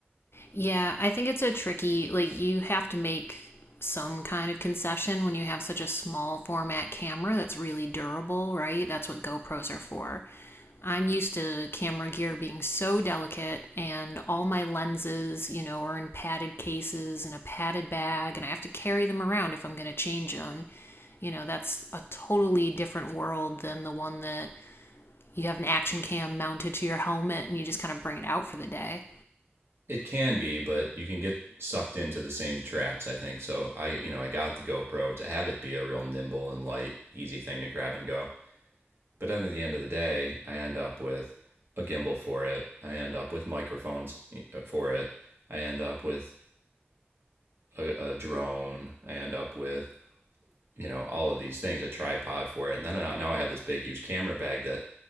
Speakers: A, on the left; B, on the right.
A: Yeah, I think it's a tricky, like, you have to make some kind of concession when you have such a small format camera that's really durable, right? That's what GoPros are for. I'm used to camera gear being so delicate, and all my lenses, you know, are in padded cases and a padded bag, and I have to carry them around if I'm going to change them. You know, that's a totally different world than the one that you have an action cam mounted to your helmet and you just kind of bring it out for the day.
B: it can be, but you can get sucked into the same traps, I think. So I, you know, I got the GoPro to have it be a real nimble and light, easy thing to grab and go. But then at the end of the day, I end up with a gimbal for it. I end up with microphones eh, uh, for it. I end up with a, a drone. I end up with, you know, all of these things, a tripod for it. And then now, now I have this big, huge camera bag that